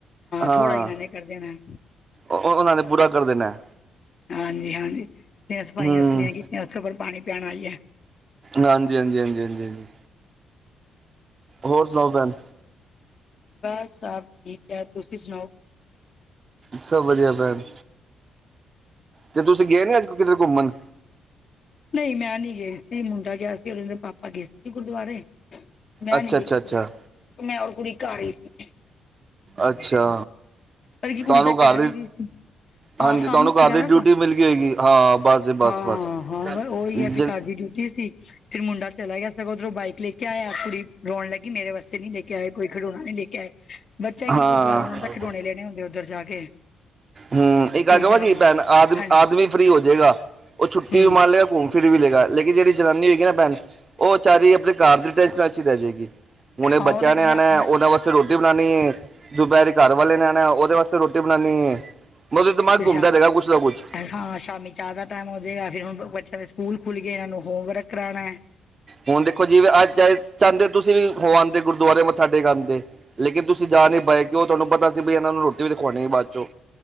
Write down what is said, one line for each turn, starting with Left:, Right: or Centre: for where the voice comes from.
Right: ਹਾਂ,
Left: ਥੋੜਾ ਇਹਨਾਂ ਨੇ ਕਰ ਦੇਣਾ
Right: ਓ ਉਹਨਾਂ ਦੇ ਪੂਰਾ ਕਰ ਦੇਨਾ ਐ।
Left: ਹਾਂਜੀ-ਹਾਂਜੀ, ਤੇ ਸਫਾਈਆਂ
Right: ਹੂੰ
Left: ਸਫੂਆਂ ਕੀਤੀਆਂ, ਉਸ ਉੱਪਰ ਪਾਣੀ ਪੈਣਾ ਈ ਐ।
Right: ਹਾਂਜੀ, ਹਾਂਜੀ, ਹਾਂਜੀ, ਹਾਂਜੀ, ਹਾਂਜੀ। ਹੋਰ ਸੁਣਾਓ ਭੈਨ।
Left: ਬਸ ਸਭ ਠੀਕ ਹੈ, ਤੁਸੀਂ ਸੁਨਾਓ।
Right: ਸਭ ਵਧੀਆ ਭੈਨ ਤੇ ਤੁਸੀਂ ਗਏ ਨੀ ਅੱਜ ਕਿਧਰੇ ਘੁੰਮਨ?
Left: ਨਹੀਂ ਮੈਂ ਨੀ ਗਈ ਸੀ, ਮੁੰਡਾ ਗਿਆ ਸੀ ਔਰ ਓਦੇ ਪਾਪਾ ਗਏ ਸੀਗੇ ਗੁਰਦੁਆਰੇ। ਮੈਂ
Right: ਅੱਛਾ
Left: ਨੀ ਗਈ
Right: ਅੱਛਾ
Left: ਕਿਤੇ
Right: ਅੱਛਾ
Left: ਮੈਂ ਔਰ ਕੁੜੀ ਘਰ ਹੀ ਸੀਗੇ।
Right: ਅੱਛਾ।
Left: ਬਲਕਿ ਕੁੜੀ
Right: ਤੁਹਾਨੂੰ
Left: ਤਾਂ
Right: ਘਰ
Left: ਕਹਿ
Right: ਦੀ
Left: ਵੀ ਰੀ ਸੀ। ਹਾਂ
Right: ਹਾਂਜੀ
Left: ਕੰਮ
Right: ਤੁਹਾਨੂੰ
Left: ਸੀਗਾ
Right: ਘਰ ਦੀ
Left: ਨਾ,
Right: ਡਿਊਟੀ ਮਿਲ ਗਈ ਹੋਏਗੀ ਹਾਂ ਬਸ ਜੀ ਬਸ
Left: ਹਾਂ,
Right: ਬਸ
Left: ਹਾਂ ਉਹੀ ਐ ਫੇਰ
Right: ਜ
Left: ਘਰ ਦੀ ਡਿਊਟੀ ਸੀ। ਫਿਰ ਮੁੰਡਾ ਚਲਾ ਗਿਆ, ਸਗੋਂ ਉਧਰੋਂ ਬਾਈਕ ਲੈ ਕੇ ਆਇਆ ਕੁੜੀ ਰੋਣ ਲੱਗੀ ਮੇਰੇ ਵਾਸਤੇ ਨੀ ਲੈ ਕੇ ਆਏ ਕੋਈ ਖਿਡੌਣਾ ਨੀ ਲੈ ਕੇ ਆਏ, ਬੱਚਾ ਕੀ
Right: ਹਾਂ
Left: ਗੁਰਦੁਆਰੇ ਉਹਨਾਂ ਤਾਂ ਖਿਡੌਣੇ ਲੈਣੇ ਹੁੰਦੇ ਉੱਧਰ ਜਾ ਕੇ।
Right: ਹੂੰ,
Left: ਕਿ
Right: ਇੱਕ ਗਲ ਕਵਾ
Left: ਜਾਵਾਂ
Right: ਦੀ ਭੈਣ ਆਦਮੀ
Left: ਹਾਂਜੀ
Right: ਆਦਮੀ ਫਰੀ ਹੋ ਜੇਗਾ, ਉਹ ਛੁੱਟੀ
Left: ਹੂੰ
Right: ਵੀ ਮਾਰ ਲੇਗਾ ਘੂਮ ਫ਼ੀਰ ਵੀ ਲੇਗਾ ਲੇਕਿਨ ਜਿਹੜੀ ਜਨਾਨੀ ਹੋਏਗੀ ਨਾ ਭੈਨ, ਓ ਵੇਚਾਰੀ ਆਪਣੇ ਘਰ ਦੀ ਟੈਨਸਨਾ ਚ ਹੀ ਰਹਿ ਜੇਗੀ। ਹੁਨੇ
Left: ਹਾਂ
Right: ਬੱਚਿਆਂ
Left: ਉਹ ਤਾਂ ਕਹਿੰਦੇ
Right: ਨੇ ਆਨਾ
Left: ਆਣਾ
Right: ਐ ਓਨਾਂ ਵਾਸਤੇ ਰੋਟੀ ਬਣਾਣੀ ਐ, ਦੁਪਹਿਰ ਘਰਵਾਲੇ ਨੇ ਆਨਾ ਉਹਦੇ ਵਾਸਤੇ ਰੋਟੀ ਬਨਾਨੀ ਐ, ਮਤਲਬ ਦਿਮਾਗ
Left: ਫਿਰ
Right: ਘੁੰਮਦਾ
Left: ਸ਼ਾਮ
Right: ਰਹੇਗਾ ਕੁਛ ਨਾ ਕੁਛ।
Left: ਹਾਂ ਸ਼ਾਮੀ ਚਾਹ ਦਾ ਟਾਈਮ ਹੋ ਜੇਗਾ ਫਿਰ ਹੁਨ ਬੱਚਿਆਂ ਦੇ ਸਕੂਲ ਖੁੱਲ ਗਏ ਹੁਨ ਹੋਮਵਰਕ ਕਰਾਣਾ ਐ।
Right: ਹੁਣ ਦੇਖੋ, ਜਿਵੇਂ ਅੱਜ਼ ਚਾਏ ਚਾਂਦੇ ਤੁਸੀਂ ਵੀ ਹੋ ਆਂਦੇ ਗੁਰਦੁਆਰੇ ਮੱਥਾ ਟੇਕ ਆਂਦੇ। ਲੇਕਿਨ ਤੁਸੀਂ ਜਾ ਨਹੀਂ ਪਾਏ ਕਿਉਂ ਤੁਹਾਨੂੰ ਪਤਾ ਸੀ ਬਈ ਏਨਾਂ ਨੂੰ ਰੋਟੀ ਵੀ ਤੇ ਖ਼ਵਾਨੀ ਬਾਦ ਚੋਂ।